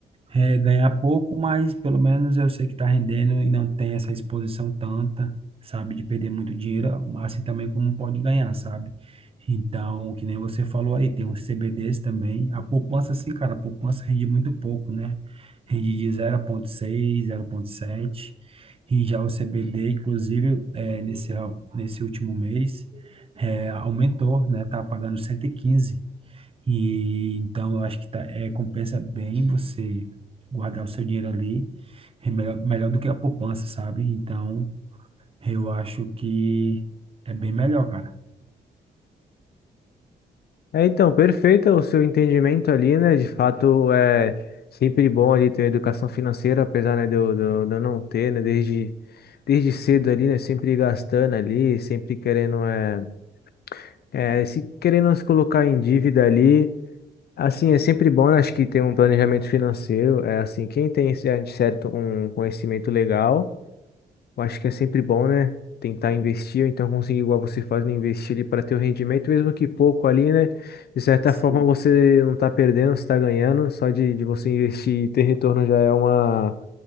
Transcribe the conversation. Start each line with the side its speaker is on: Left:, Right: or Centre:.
Right: é, ganhar pouco, mas pelo menos eu sei que está rendendo e não tem essa exposição tanta, sabe, de perder muito dinheiro, mas assim também como pode ganhar, sabe? Então, que nem você falou aí, tem os CBDs também. A poupança, sim, cara, a poupança rende muito pouco, né? Rende de 0,6, sete. E já o CBD, inclusive, é, nesse, nesse último mês, é, aumentou, né? Tá pagando 115. E então eu acho que tá, é, compensa bem você guardar o seu dinheiro ali, é melhor, melhor do que a poupança, sabe? Então eu acho que é bem melhor, cara.
Left: É, então, perfeito o seu entendimento ali, né? De fato, é sempre bom ali ter educação financeira, apesar, né, de eu, de eu de eu não ter, né? Desde, desde cedo ali, né? Sempre gastando ali, sempre querendo, é, é, se querendo se colocar em dívida ali. Assim, é sempre bom, né, acho que ter um planejamento financeiro. É assim, quem tem esse- é, de certo um conhecimento legal. Eu acho que é sempre bom, né? Tentar investir, ou então conseguir, igual você faz, né, investir ali para ter o rendimento, mesmo que pouco ali, né? De certa
Right: Sim,
Left: forma você não tá perdendo, você tá ganhando. Só de, de você investir e ter retorno já é uma,